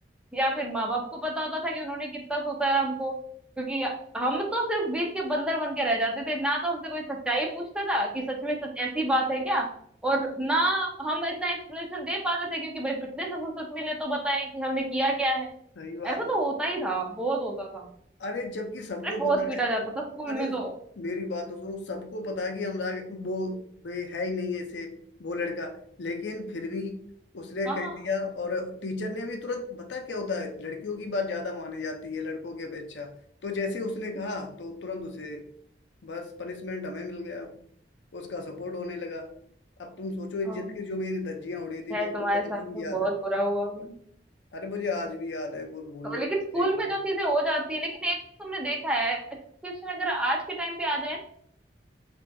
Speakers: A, in the centre; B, on the left.
A: या फिर माँ बाप को पता होता था कि उन्होंने कितना सोता है हमको क्योंकि हम तो सिर्फ बीच के बंदर बन के रह जाते थे ना तो हमसे कोई सच्चाई पूछता था कि सच में सच ऐसी बात है क्या और ना हम इतना एक्सप्लेनेशन दे पाते थे क्योंकि भाई पिछले से फुर्सत मिले तो बताएं कि हमने किया क्या है
B: सही बात
A: ऐसा तो होता ही था बहुत होता था
B: अरे जबकि सबको
A: अरे बहुत
B: पता
A: पीटा
B: है
A: जाता था स्कूल
B: अरे
A: में तो
B: मेरी बात तो सुनो सबको पता है कि अनुराग वो वे है ही नहीं ऐसे वो लड़का लेकिन फिर भी उसने
A: हाँ
B: कह दिया और टीचर ने भी तुरंत बता क्या होता है लड़कियों की बात ज्यादा मानी जाती है लड़कों की अपेक्षा तो जैसे उसने कहा तो तुरंत उसे बस पनिशमेंट हमें मिल गया उसका सपोर्ट होने लगा अब तुम सोचो इज्जत
A: हाँ,
B: की जो मेरी धज्जियां उड़ी थी
A: है
B: वो
A: तुम्हारे
B: मुझे
A: साथ
B: आज भी
A: तो
B: याद
A: बहुत
B: है
A: बुरा हुआ होगा
B: अरे मुझे आज भी याद है वो भूलने
A: तो लेकिन
B: लायक
A: स्कूल
B: है
A: में
B: ही
A: जो चीजें हो जाती है लेकिन एक तो तुमने देखा है सिचुएशन अगर आज के टाइम पे आ जाए